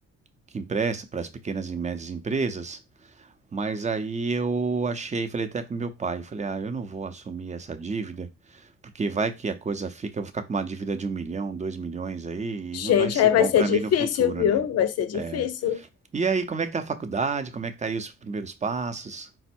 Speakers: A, on the right; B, on the left.
A: que empresta para as pequenas e médias empresas, mas aí eu achei, falei até com meu pai, falei, ah, eu não vou assumir essa dívida, porque vai que a coisa fica, eu vou ficar com uma dívida de um milhão, dois milhões aí,
B: Gente,
A: e não vai ser
B: aí vai
A: bom
B: ser
A: para
B: difícil,
A: mim no futuro,
B: viu?
A: né?
B: Vai ser difícil.
A: É. E aí, como é que tá a faculdade? Como é que tá aí os primeiros passos?